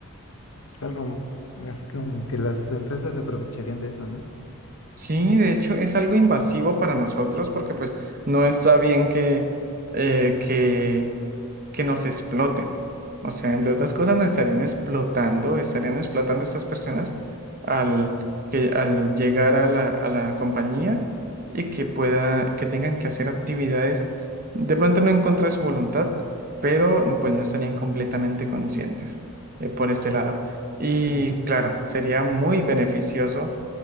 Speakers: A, on the left; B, on the right.
A: pues algo así como que las empresas aprovecharían de eso, ¿no?
B: Sí, de hecho es algo invasivo para nosotros porque pues no está bien que, eh, que que nos exploten. O sea, entre otras cosas, nos estarían explotando, estarían explotando estas personas al, que, al llegar a la, a la compañía y que pueda, que tengan que hacer actividades de pronto no en contra de su voluntad, pero pues no estarían completamente conscientes eh, por este lado. Y
A: Ujú.
B: claro, sería muy beneficioso